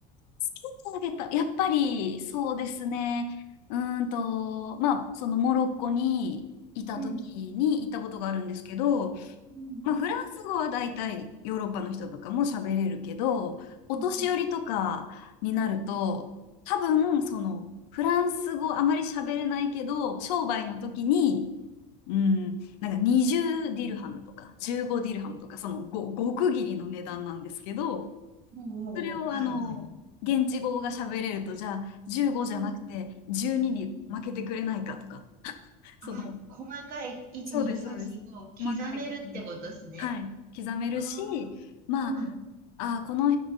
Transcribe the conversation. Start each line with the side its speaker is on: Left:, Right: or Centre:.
Left: つけてあげた。やっぱり、そうですね。うーんと、まあ、そのモロッコにいた時に行ったことがあるんですけど、
Right: うん。うん
Left: まあ、フランス語は大体ヨーロッパの人とかも喋れるけど、お年寄りとかになると、
Right: うんうん
Left: 多分、その、フランス語あまり喋れないけど、商売の時に、うん、なんか20ディルハムとか15ディルハムとか、そのご極切りの値段なんですけど、
Right: うんおうおうおう、
Left: それをあの、
Right: はいはい。
Left: 現地語が喋れると、じゃあ15じゃなくて12にに負けてくれないかとか、
Right: うん。ねえ
Left: その
Right: あ、細かい。1、
Left: そうです、
Right: 2、3、
Left: そうです。
Right: 4、5。刻めるってことですね。
Left: 細かいことが。はい。刻めるし、
Right: うわあうん。
Left: まあ、あ、この、